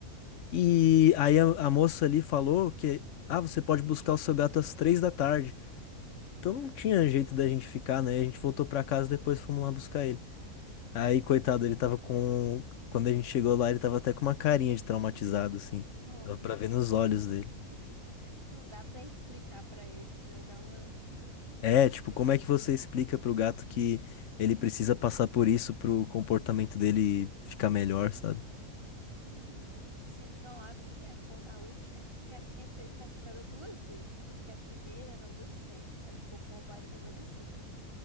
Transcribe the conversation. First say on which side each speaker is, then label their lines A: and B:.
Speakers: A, on the left (about 60°); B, on the right (about 20°).
A: E aí a, a moça ali falou que, ah, você pode buscar o seu gato às três da tarde.
B: uhum,
A: Então não tinha jeito da gente ficar, né? A gente voltou pra casa depois fomos lá buscar ele. Aí,
B: uhum.
A: coitado, ele tava com. Quando a gente chegou lá, ele tava até com uma carinha de traumatizado, assim.
B: Oh,
A: Dava
B: meu
A: pra ver
B: Deus,
A: nos olhos
B: <laughs> bichinho.
A: dele.
B: Não dá pra explicar pra eles, né? Dá uma.
A: É, tipo,
B: É triste.
A: como é que você explica pro gato que ele precisa passar por isso pro comportamento dele ficar melhor, sabe?
B: Uhum, sim, não, a minha, quan- a última, é porque a minha foi castrada duas vezes, porque a primeira não deu certo, aí ficou com ovário remanescente.